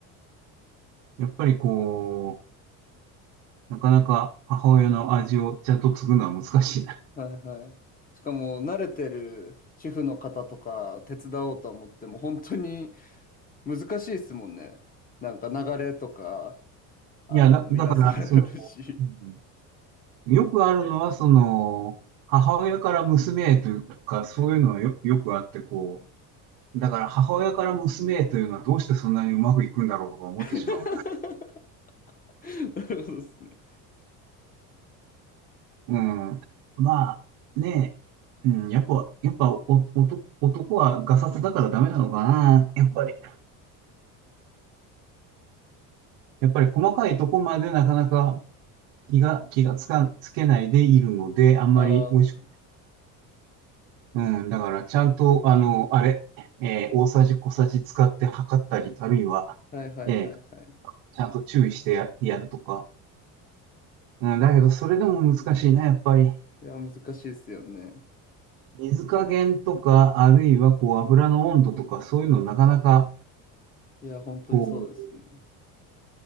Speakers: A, on the right; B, on the left.
A: やっぱりこなかなか母親の味をちゃんと継ぐのは難しいな。
B: はいはい。しかも慣れてる主婦の方とか手伝おうと思っても本当に難しいですもんね。なんか流れとか、あの、
A: いや、だ、
B: 皆さんあるし。
A: だから、その、うんよくあるのは、その、母親から娘へというか、そういうのはよ、よくあって、こう、だから母親から娘へというのはどうしてそんなにうまくいくんだろうとか思ってしまうな。
B: <laughs> なるほどですね。
A: うん。まあ、ねえ、うん、やっぱ、やっぱお、男、男はガサツだからダメなのかな。やっぱり、やっぱり細かいとこまでなかなか気が、気がつか、つけないでいるので、あんまり美味しく
B: ああ、は
A: うん、だからちゃんと、あの、あれ、えー大さじ小さじ使って測ったり、あるいは、
B: いはいはいはい。
A: えーちゃんと注意してや、やるとか。うん、だけど、それでも難しいな、やっぱり。
B: いや、難しいですよね。
A: 水加減とか、あるいは、こう、油の温度とか、そういうのなかなか、
B: いや、本当にそうですね。
A: こう、